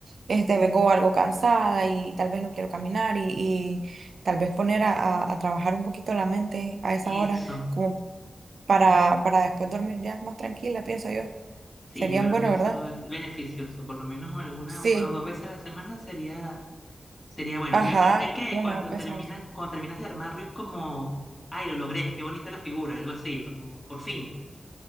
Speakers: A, on the right; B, on the left.
A: este, vengo algo cansada y tal vez no quiero caminar y, y tal vez poner a, a- a trabajar un poquito la mente a esa
B: Eso,
A: hora, como para, para después dormir ya más tranquila, pienso yo.
B: sí,
A: Serían
B: yo creo
A: bueno,
B: que eso
A: ¿verdad?
B: es beneficioso, por lo menos alguna,
A: Sí,
B: una o dos veces a la semana sería, sería bueno.
A: ajá,
B: Y aparte que
A: una
B: cuando
A: o dos veces
B: terminas,
A: al semana.
B: cuando terminas de armarlo es como, ay, lo logré, qué bonita la figura, algo así, como por fin,